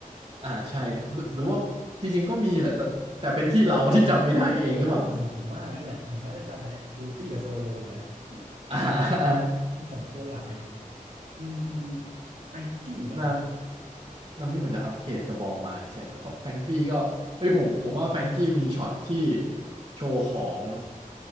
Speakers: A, on the right (about 45°); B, on the right (about 80°).
A: อ่าใช่หรือหรือว่าจริงๆก็มีแหละแต่แต่เป็นที่เราที่จำไม่ได้เองหรือเปล่า
B: นั่นน่ะสิผมว่างั้นแหละผมน่าจะจำแต่ลูฟี่กับโซโลเลยแหละ
A: <laughs> อ่า <laughs> อ่าอ่า
B: สองตัวหลักไงอืมอืมแฟรงกี้เหรอ
A: นาม นามิเหมือนจะอัปเกรดกระบองมาใช่แล้วก็แฟรงกี้ก็เอ้ยผมผมว่าแฟรงกี้มีช็อตที่โชว์ของ